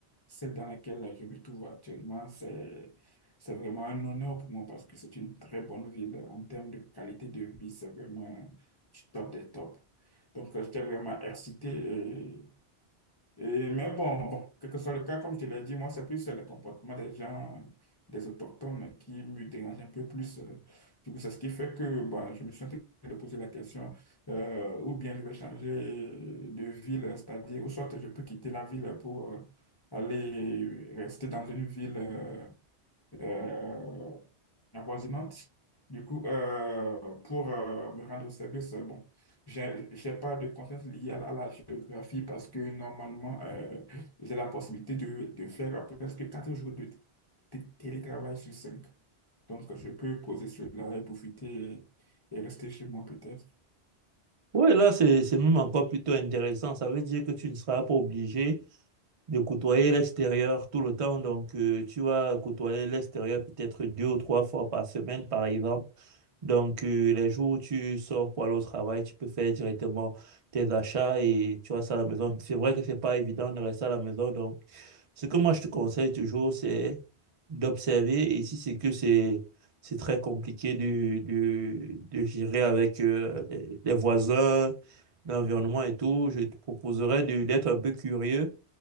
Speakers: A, on the left; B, on the right.
A: celle dans laquelle je me trouve actuellement, c'est, c'est vraiment un honneur pour moi parce que c'est une très bonne ville en termes de qualité de vie, c'est vraiment du top des tops. Donc, euh, j'étais vraiment excité Et, mais bon, bon, quel que soit le cas, comme tu l'as dit, moi, c'est plus euh, le comportement des gens, des autochtones, qui me dérange un peu plus. euh. Du coup, c'est ce qui fait que bah, je me suis en train de poser la question, euh, ou bien je vais changer de ville, c'est-à-dire, ou soit je peux quitter la ville pour euh, aller rester dans une ville euh, euh, avoisinantes. Du coup, euh, pour euh, me rendre au service, euh, bon, j'ai, j'ai pas de contraintes liées à, la à la géographie parce que normalement, euh, j'ai la possibilité de, de faire presque quatre jours de, t- t- télétravail sur cinq. Donc, je peux poser cela et profiter et, et rester chez moi peut-être.
B: Oui, là, c'est, c'est même encore plutôt intéressant. Ça veut dire que tu ne seras pas obligé de côtoyer l'extérieur tout le temps. Donc, euh, tu vas côtoyer l'extérieur peut-être deux ou trois fois par semaine, par exemple. Donc, euh, les jours où tu sors pour aller au travail, tu peux faire directement tes achats et tu restes à la maison. C'est vrai que c'est pas évident de rester à la maison. Donc, ce que moi, je te conseille toujours, c'est d'observer. Et si c'est que c'est c'est très compliqué de, de, de gérer avec euh, les les voisins, l'environnement et tout, je te proposerais de- d'être un peu curieux